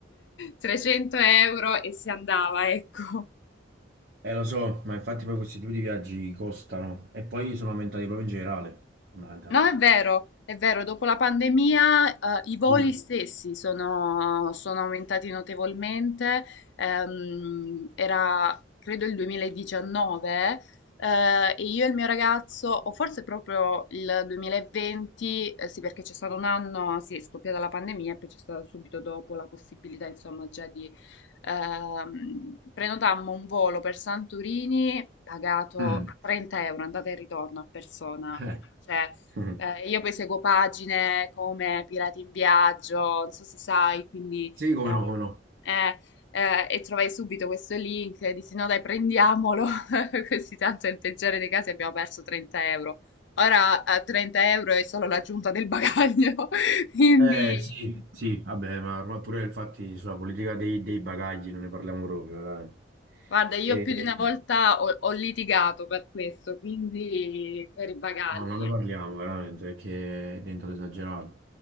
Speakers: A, on the left; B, on the right.
A: 300 euro e si andava, ecco.
B: eh, lo so, ma infatti poi questi tipi di viaggi costano e poi sono aumentati proprio in generale, fondamentalmente.
A: No, è vero, è vero, dopo la pandemia, eh, i voli
B: sì.
A: stessi sono, sono aumentati notevolmente. Ehm, era, credo, il 2019, eh, e io e il mio ragazzo, o forse proprio il 2020, eh, sì, perché c'è stato un anno, sì, è scoppiata la pandemia e poi c'è stata subito dopo la possibilità, insomma, già di... ehm, prenotammo un volo per Santorini pagato
B: Mm,
A: 30 euro, andata e ritorno a persona.
B: eh,
A: Cioè,
B: <laughs> mm.
A: eh, io poi seguo pagine come Pirati in Viaggio, non so se sai, quindi
B: Sì, come
A: eh,
B: no, come no.
A: eh, eh, e trovai subito questo link e dissi no dai prendiamolo, <laughs> così tanto nel peggiore dei casi abbiamo perso 30 euro. Ora a 30 euro è solo l'aggiunta del bagaglio, <laughs> quindi
B: Eh, sì, sì, vabbè, ma ormai pure infatti sulla politica dei, dei bagagli non ne parliamo proprio, veramente.
A: guarda, io
B: E-
A: più di una volta ho, ho litigato per questo, quindi per i bagagli.
B: no, non ne parliamo, veramente, perché è diventato esagerato.